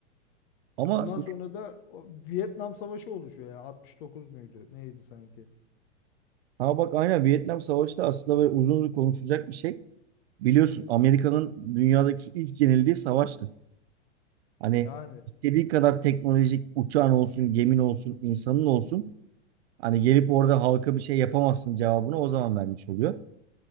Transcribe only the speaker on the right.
Ama
Ha bak aynen Vietnam Savaşı da aslında böyle uzun uzun konuşulacak bir şey. Biliyorsun Amerika'nın dünyadaki ilk yenildiği savaştır. Hani
istediği kadar teknolojik uçağın olsun, gemin olsun, insanın olsun. Hani gelip orada halka bir şey yapamazsın cevabını o zaman vermiş oluyor.